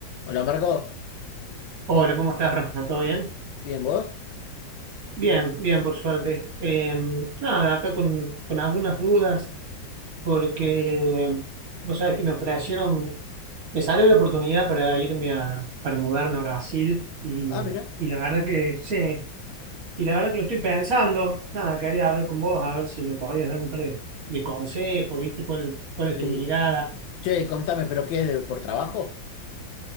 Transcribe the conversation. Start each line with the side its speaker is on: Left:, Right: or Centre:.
Left: Hola Marco,
Right: Hola, ¿cómo estás, Rafa? ¿Todo bien?
Left: ¿bien vos?
Right: Bien, bien, por suerte. Eh, nada, acá con, con algunas dudas, porque em, vos sabés que me ofrecieron, me salió la oportunidad para irme a, para mudarme a Brasil, y,
Left: Ah, mira,
Right: y la verdad que sí, y la verdad que lo estoy pensando. Nada, quería hablar con vos, a ver si me podías dar un par de, de consejos, ¿viste? ¿Cuál, cuál es
Left: sí.
Right: tu mirada?
Left: Che, contame, ¿pero qué es de, por trabajo?